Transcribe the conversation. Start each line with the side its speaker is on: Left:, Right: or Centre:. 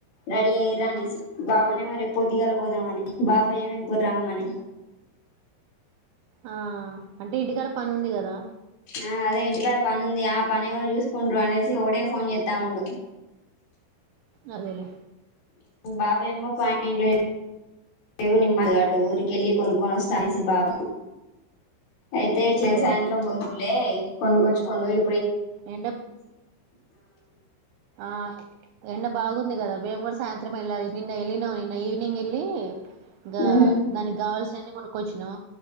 Left: రెడీ అయ్యరా అనేసి బావనే
Right: అదే
Left: మరి పొద్దిగాల పోదామని బాబాయ ఏమో ఇప్పుడు రమ్మని
Right: ఆ అంటే ఇంటికాడ పని ఉంది కదా
Left: ఆ అదే ఇంటికాడ పని ఉంది ఆ పని ఎవళు చూసుకుంటారు అనేసి ఒకటే ఫోన్ చేస్తా ఉండు
Right: అదేలే
Left: బాబ ఏమో పం లే దేవు నిమ్ మగాటు ఊరికెళ్ కొనుకన స్థానిసి బాబ అయితే చి
Right: అదేలే
Left: సాయంత్రం వదువులే కొనుకొచ్చుకొండోయ్
Right: ఎండ ఆ ఎండ బాగుందిగదా మేం గుడా సాయంత్రం ఎళ్ళాలి నిన్న ఎళ నవ నిన్న ఈవనింగ్ ఎి ఇకా
Left: మ్మ్
Right: దానికి కావాల్సిన ఎన్ని కొనుగొచ్చినో